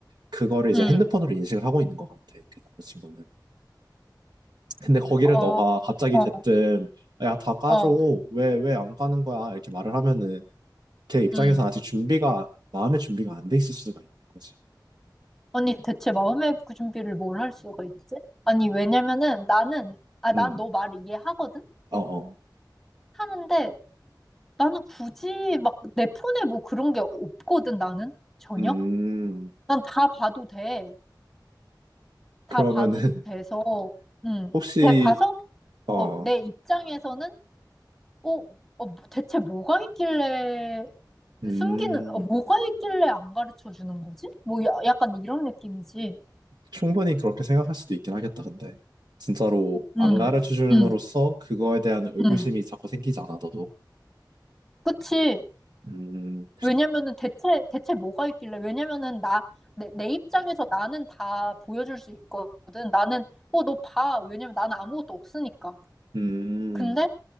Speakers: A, on the right (about 65°); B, in the centre.
A: 그거를 이제
B: 응.
A: 핸드폰으로 인식을 하고 있는 것 같아. 그 남자친구는. 근데 거기를
B: 어,
A: 너가 갑자기
B: 어,
A: 대뜸 야, 다 까줘.
B: 어,
A: 왜, 왜 안 까는 거야? 이렇게 말을 하면은 걔 입장에서는
B: 음.
A: 아직 준비가 마음의 준비가 안 돼 있을 수가 있는 거지.
B: 언니, 대체 마음의 그 준비를 뭘 할 수가 있지? 아니, 왜냐면은 나는, 아, 난
A: 음.
B: 너 말을 이해하거든?
A: 어, 어.
B: 하는데, 나는 굳이 막 내 폰에 뭐 그런 게 없거든, 나는 전혀.
A: 음.
B: 난 다 봐도 돼.
A: 그러면은
B: 다 봐도 돼서,
A: <laughs>
B: 음,
A: 혹시
B: 돼- 봐서,
A: 어.
B: 어, 내 입장에서는, 어, 어, 뭐 대체 뭐가 있길래
A: 음.
B: 숨기는, 어, 뭐가 있길래 안 가르쳐 주는 거지? 뭐, 야, 약간 이런 느낌이지.
A: 충분히 그렇게 생각할 수도 있긴 하겠다. 근데 진짜로 안
B: 음,
A: 가르쳐 줌으로써
B: 음,
A: 그거에 대한 의구심이
B: 음.
A: 자꾸 생기지 않아 너도.
B: 그치.
A: 음.
B: 왜냐면은 대체 대체 뭐가 있길래 왜냐면은 나 내 내 입장에서 나는 다 보여줄 수 있거든 나는 어 너 봐 왜냐면 나는 아무것도 없으니까
A: 음.
B: 근데